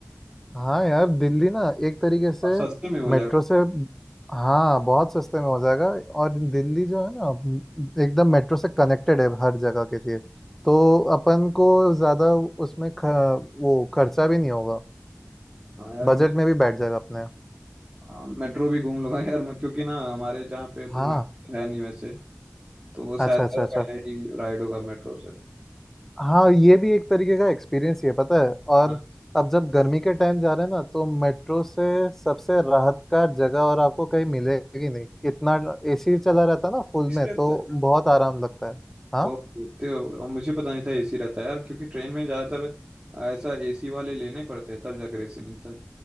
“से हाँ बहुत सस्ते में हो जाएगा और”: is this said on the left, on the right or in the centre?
Centre